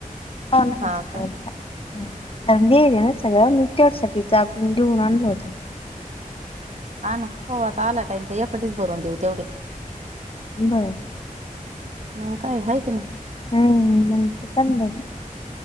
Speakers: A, on the left (about 40°); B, on the right (about 55°).
A: पाला घालते
B: हा
A: तेवढ्याला.
B: का
A: हा थंडी हाय ना सगळं मी तेवढ्यासाठीच जागून घेवून आणलं होतं.
B: हा ना हो आता आला टाइम तर एकटीच भरवून देऊ तेवढी
A: बर
B: मग काय हाय काय,?
A: हम्म हम्म मग त चांगलंच